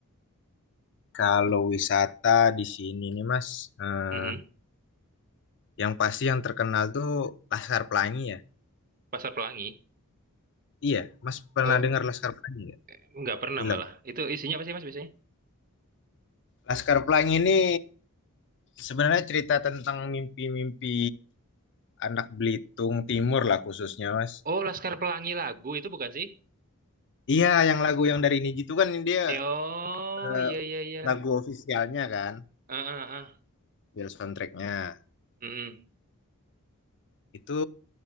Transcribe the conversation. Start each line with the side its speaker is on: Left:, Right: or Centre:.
Left: Kalau wisata di sini nih, Mas, eh,
Right: Mm-mm.
Left: yang pasti yang terkenal tuh Laskar Pelangi ya.
Right: Pasar Pelangi?
Left: Iya, Mas pernah
Right: Oh,
Left: dengar Laskar Pelangi nggak?
Right: eh, nggak pernah
Left: Film.
Right: malah. Itu isinya apa sih Mas biasanya?
Left: Laskar Pelangi ini sebenarnya cerita tentang mimpi-mimpi anak Belitung Timur lah khususnya, Mas.
Right: Oh, Laskar Pelangi lagu itu bukan sih?
Left: Iya, yang lagu yang dari Niji itu kan dia
Right: Eh, Oh,
Left: eh,
Right: iya iya iya.
Left: lagu ofisialnya kan,
Right: Ah ah ah.
Left: Bill soundtracknya.
Right: Mm-mm.
Left: Itu